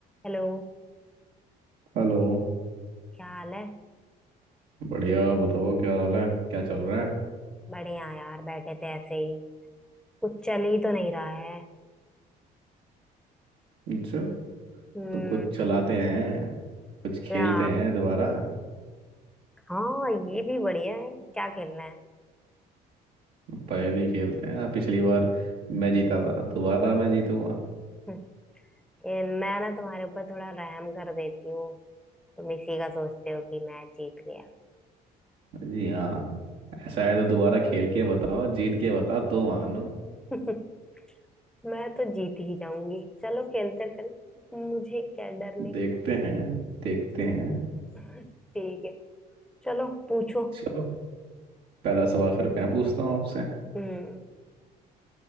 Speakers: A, in the centre; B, on the right (about 75°).
A: Hello
B: Hello
A: क्या हाल है
B: बढ़िया बताओ क्या हाल है क्या चल रहा है
A: बढ़िया यार बैठे थे ऐसे ही कुछ चल ही तो नहीं रहा है
B: अच्छा
A: हम्म
B: तो कुछ चलाते हैं कुछ खेलते
A: क्या
B: हैं दोबारा
A: हाँ ये भी बढ़िया है क्या खेलना है
B: पहेली खेलते हैं पिछली बार मैं जीता था दोबारा मैं जीतूंगा
A: हम्म, ये- मैं ना तुम्हारे ऊपर थोड़ा रहम कर देती हूँ तुम इसी का सोचते हो कि मैं जीत गया
B: जी हाँ ऐसा है तो दोबारा खेल के बताओ जीत के बताओ तो मानो
A: <laughs> मैं तो जीत ही जाऊंगी चलो खेलते फिर मुझे क्या डरने की
B: देखते हैं देखते
A: चीज़।
B: हैं
A: <laughs> ठीक है चलो पूछो
B: चलो पहला सवाल फिर मैं पूछता हूँ आपसे
A: हम्म